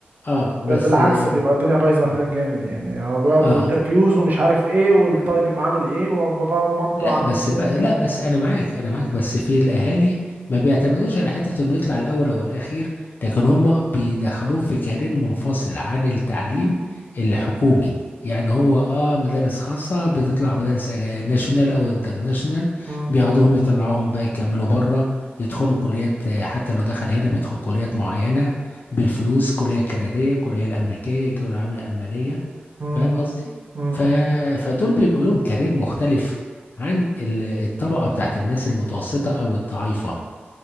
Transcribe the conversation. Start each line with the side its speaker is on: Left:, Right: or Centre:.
Left: اه بس
Right: بل بالعكس بيبقى الدنيا بايظه
Left: اه,
Right: هناك جامد يعني هو بيقعد
Left: آه.
Right: وانترفيوز ومش عارف ايه والطالب بيبقى عامل ايه وباباه ومامته
Left: لا
Right: عاملين
Left: بس
Right: ايه
Left: بقى لا بس انا معاك انا معاك بس في الاهالي ما بيعتمدوش على حته انه يطلع الاول او الاخير لكن هم بيدخلوه في كارير منفصل عن التعليم الحكومي يعني هو اه مدارس خاصه بتطلع مدارس أج- ناشونال او انترناشونال
Right: مم،
Left: بياخدوهم يطلعوهم بقى يكملوا بره يدخلوا كليات آه، حتى لو دخل هنا بيدخل كليات معينه بالفلوس كليه كنديه كليه الامريكيه كليه الالمانيه
Right: مم،
Left: فاهم قصدي
Right: مم،
Left: ف...
Right: مم،
Left: فدول بيبقوا لهم كارير مختلف عن ال- الطبقة بتاعت الناس المتوسطة أو الضعيفة